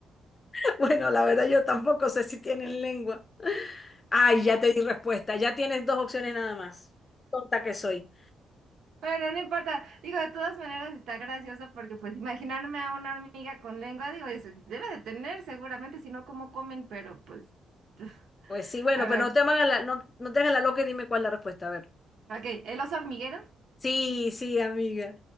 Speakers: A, on the left; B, on the right.
A: <laughs> Bueno, la verdad yo tampoco sé si tienen lengua. Ay,
B: <laughs>
A: ya
B: sí.
A: te di respuesta. Ya tienes dos opciones nada más. Tonta que soy.
B: Bueno, no importa. Digo, de todas maneras está gracioso porque pues imaginarme a una hormiga con lengua, digo, eso debe de tener seguramente, si no, ¿cómo comen? Pero pues, <laughs>
A: Pues sí, bueno,
B: a
A: pero
B: ver.
A: no te hagas la, no, no te hagas la loca y dime cuál es la respuesta. A ver.
B: Ok, el oso hormiguero.
A: Sí, sí, amiga.